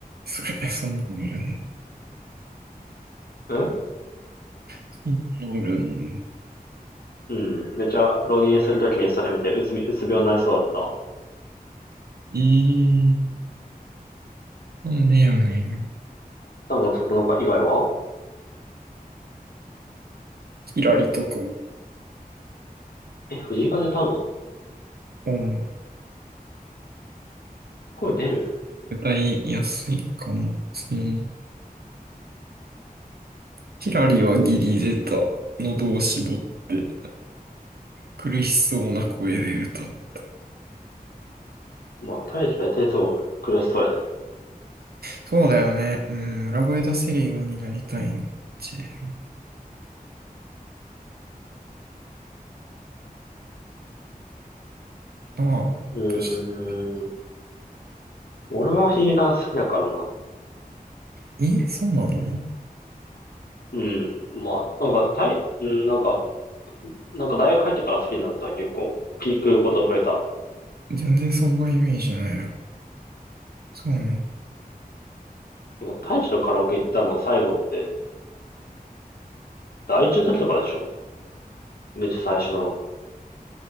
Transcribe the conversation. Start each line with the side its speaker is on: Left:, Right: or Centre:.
Right: それ、<laughs> そんなのおるン
Left: うん
Right: そんなのおるの
Left: うん。めちゃ浪人するときにそれ見て、うつみ、うつ病になりそうだった。
Right: いい、なんでやねん。
Left: そこのか以外は
Right: キラリとか、
Left: え、藤井風歌うの
Right: うん、
Left: 声出る
Right: 歌いやすいかも。うん。キラリはギリ出た。喉を絞って、苦しそうな声で歌って。
Left: まあ、大してつも苦しそうやね。
Right: そうだよね。うん、裏声出せるようになりたいね。うちでああ、
Left: うーん。
Right: 確か
Left: 俺はヒゲダン好きだからな。
Right: え、そうなの
Left: うん。まあ、なんか、たい、うん、なんか、なんか大学入ってから好きになった結構、聞くこと増えた。
Right: 全然そんなイメージないよ。そうなの
Left: もう大使とカラオケ行ったの最後って、第一の時とかでしょめっちゃ最初の。